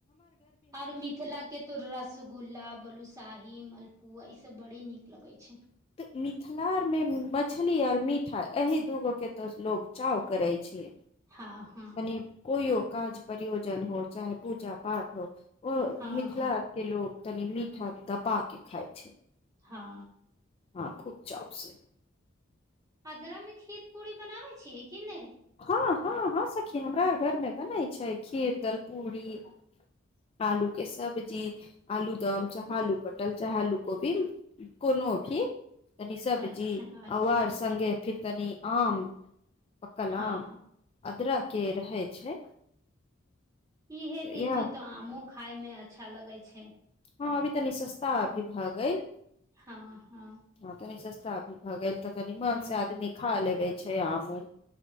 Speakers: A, on the right; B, on the left.
A: आर मिथिला के तो रसगुल्ला बोल शाही मलपुआ ई सब बड़ी नीक लगै छै
B: तऽ मिथिलामे मछली आओर मिठाइ एही दूगोके तऽ लोक चाव करैत छिए
A: हँ हँ
B: कनी कोइ काज परियोजन हो चाहे पूजा पाठ हो
A: हँ
B: मिथिला
A: हँ
B: के लोग तनी मीठा दपा के खाइ छै
A: हँ
B: हँ खूब चाव से
A: आदरामे खीर पूरी बनाबैत छियै कि नहि
B: हँ हँ हँ सखी हमरा घर मे बनै छै खीर दल पूड़री आलू के सब्जी आलू दम चाहे आलू पटल चाहे आलू कोबी कोनो भी कनि सब
A: अच्छा
B: जी
A: अच्छा
B: आर सङ्गे फिर कनी आम कल
A: हँ
B: अदरक के रहै छै
A: इहे
B: इह
A: दिनमें तऽ आमो खाय में अच्छा लगय छै
B: हँ अभी तऽ नि सस्ता अभी भऽ गेल
A: हँ हँ
B: हँ तऽ नि सस्ता भी भऽ गेल तऽ तनी मन
A: हूँ
B: से आदमी खा लेबै छै यह ब